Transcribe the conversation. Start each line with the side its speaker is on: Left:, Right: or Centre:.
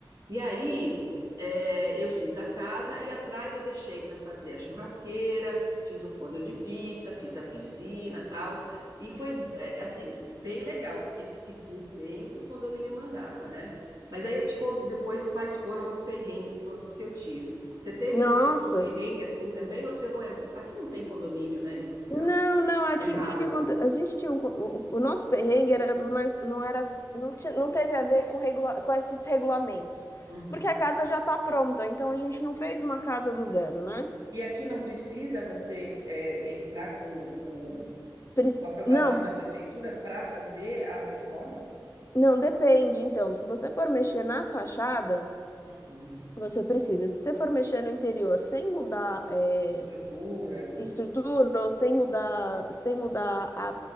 Right: E aí, é, eu fiz a casa e atrás eu deixei para fazer a churrasqueira, fiz o forno de pizza, fiz a piscina, tal. E foi, é, assim, bem legal, porque seguiu bem o que o condomínio mandava, né? Mas aí eu te conto depois quais foram os perrengues todos que eu tive. Você teve
Left: Nossa.
Right: esse tipo de perrengue assim também? Ou se eu não é. Aqui não tem condomínio, né, em Portugal?
Left: Não, não, aqui
Right: É raro.
Left: o que que acontece? A gente tinha um, co- o, o nosso perrengue era mais não era não, ti- não teve a ver com regula... com esses regulamentos.
Right: Uhum.
Left: Porque a casa já tá pronta, então a gente não fez uma casa do zero, né?
Right: E aqui não precisa você é, entrar com, com
Left: Prec-
Right: com aprovação
Left: Não,
Right: na prefeitura para fazer a reforma?
Left: não depende então. Se você for mexer na fachada,
Right: Uhum.
Left: você precisa. Se você for mexer no interior sem mudar eh,
Right: Estrutura,
Left: estrutura ou sem mudar, sem mudar a,